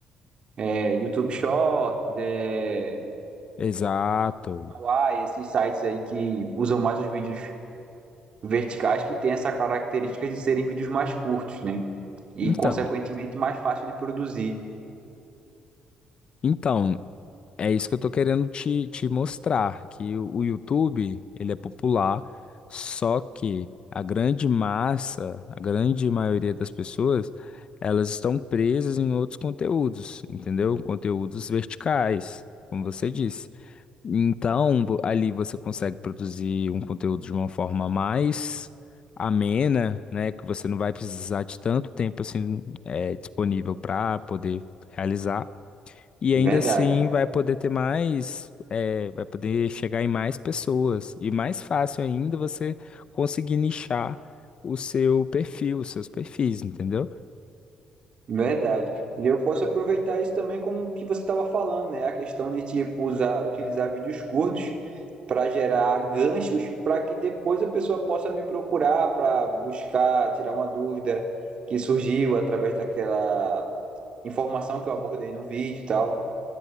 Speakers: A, on the right; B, on the left.
A: é, YouTube Shorts, é,
B: Exato.
A: Kawaii, esses sites aí que usam mais os vídeos verticais, que têm essa característica de serem vídeos mais curtos, né? E,
B: Então,
A: consequentemente, mais fácil de produzir.
B: então, É isso que eu tô querendo te, te mostrar, que o o YouTube, ele é popular, só que a grande massa, a grande maioria das pessoas, elas estão presas em outros conteúdos, entendeu? Conteúdos verticais, como você disse. Então, vo- ali você consegue produzir um conteúdo de uma forma mais amena, né? Que você não vai precisar de tanto tempo assim, eh, disponível para poder realizar. E
A: Verdade,
B: ainda assim vai poder ter mais, eh, vai poder chegar em mais pessoas. E mais fácil ainda você conseguir nichar o seu perfil, os seus perfis, entendeu?
A: verdade. E eu posso aproveitar isso também como o que você estava falando, né? A questão de, tipo, usar, utilizar vídeos curtos para gerar ganchos para que depois a pessoa possa me procurar para buscar, tirar uma dúvida que surgiu através daquela informação que eu abordei no vídeo e tal.